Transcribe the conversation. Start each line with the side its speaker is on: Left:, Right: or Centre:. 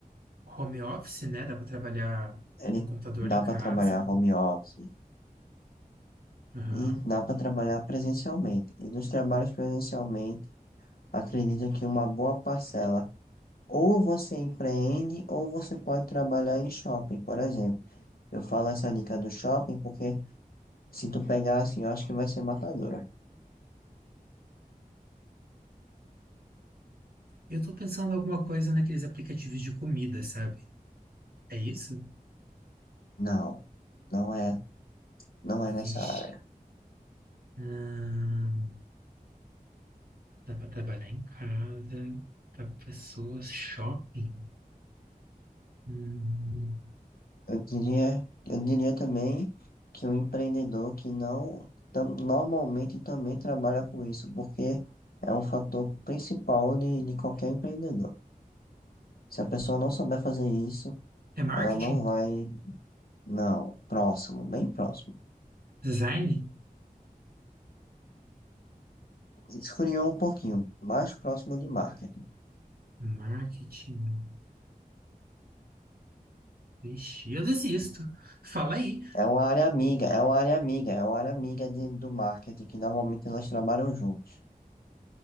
Right: home office, né? Dá para trabalhar
Left: Ele
Right: no computador
Left: dá
Right: em casa.
Left: para trabalhar home office
Right: Aham.
Left: e dá para trabalhar presencialmente. E dos trabalhos presencialmente, acredito que uma boa parcela ou você empreende ou você pode trabalhar em shopping, por exemplo. Eu falo essa dica do shopping porque se tu pegar assim, eu acho que vai ser matadora.
Right: Eu tô pensando em alguma coisa naqueles aplicativos de comida, sabe? É isso?
Left: Não, não é, não é nessa
Right: Vixe.
Left: área.
Right: Ahn, dá para trabalhar em casa, para pessoas, shopping. Hum.
Left: Eu diria, eu diria também que o empreendedor que não tam- normalmente também trabalha com isso, porque é um fator principal de, de qualquer empreendedor. Se a pessoa não souber fazer isso,
Right: É marketing?
Left: ela não vai, não, próximo, bem próximo.
Right: Design?
Left: Esfriou um pouquinho, mais próximo de marketing.
Right: Marketing. Vixe, eu desisto. Fala aí.
Left: É uma área amiga, é uma área amiga, é uma área amiga de, do marketing, que normalmente elas trabalham juntos.